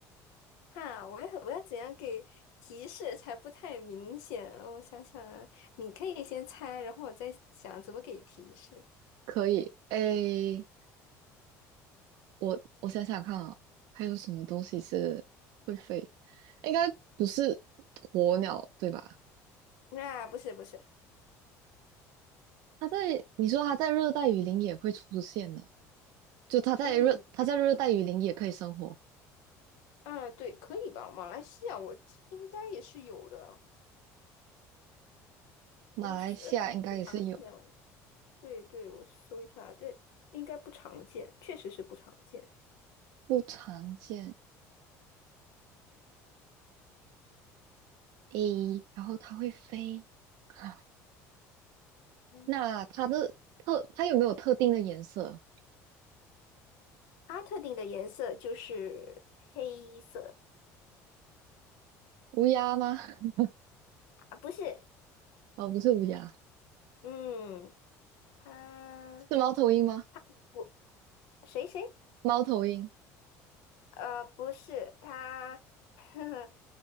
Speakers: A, on the left; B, on the right.
A: 哈，我要我要怎样给提示才不太明显？我想想啊，你可以先猜，然后我再想怎么给提示。
B: 可以。诶，我我想想看啊，还有什么东西是会飞？应该不是鸵鸟，对吧？
A: 啊，不是不是，
B: 它在，你说它在热带雨林也会出现的，就它在热，
A: 嗯，
B: 它在热带雨林也可以生活。
A: 对，啊，对，可以吧？马来西亚我记应该也是有的，
B: 马来西亚应该也是有，
A: 我是呃是不是不常见哦？对对，我搜一下，对，应该不常见，确实是不常见。
B: 不常见。诶，然后它会飞。<laughs>
A: 嗯嗯，
B: 那它的特，它有没有特定的颜色？
A: 它特定的颜色就是黑色。
B: 乌鸦吗？<laughs>
A: 啊，不是，
B: 哦，不是乌鸦，
A: 嗯，他
B: 是猫头鹰吗？
A: 他不谁谁，
B: 猫头鹰
A: 呃，不是他，<laughs> 呵呵，